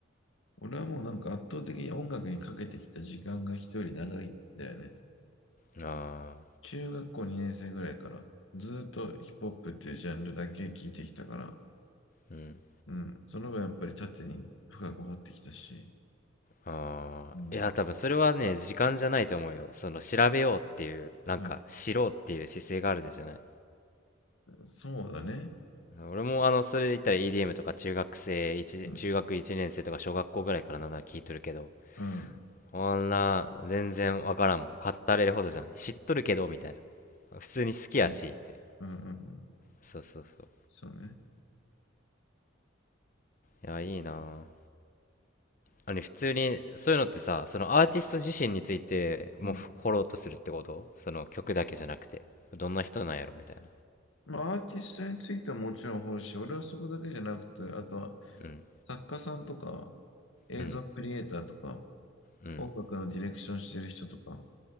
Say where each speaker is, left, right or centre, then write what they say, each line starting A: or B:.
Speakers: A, on the left (about 80°); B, on the left (about 40°).
A: 俺はもうなんか圧倒的に音楽にかけてきた時間が人より長いんだよね。
B: なあ
A: 中学校2年生ぐらいからずーっとヒップホップっていうジャンルだけ聞いてきたから、
B: あうん
A: うん、その分やっぱり縦に深く掘ってきたし、
B: ああ、
A: うん
B: いや、多分それはね、時間じゃないと思うよ。その、調べようっていう、なんか、
A: はい。
B: 知ろうっていう姿勢があるでじゃない。
A: そうだね。
B: 俺も、あの、それで言ったら EDM とか中学生一中学1年生とか小学校ぐらいからなんなら聞いとるけど、
A: うん。うん。
B: あんな、全然わからんもん。語れるほどじゃない。知っとるけど、みたいな。普通に好きやし、
A: うん。
B: って。
A: うん。うん
B: そうそうそう。
A: そうね。
B: いや、いいなあ。あの、普通に、そういうのってさ、そのアーティスト自身についても掘ろうとするってことその曲だけじゃなくて。
A: うん。
B: どんな人なんやろみたいな。
A: まあ、アーティストについてはもちろん掘るし、俺はそこだけじゃなくて、あとは
B: うん。
A: 作家さんとか、映像クリエイターとか、
B: うん、うん、
A: 音楽のディレクションしてる人とか、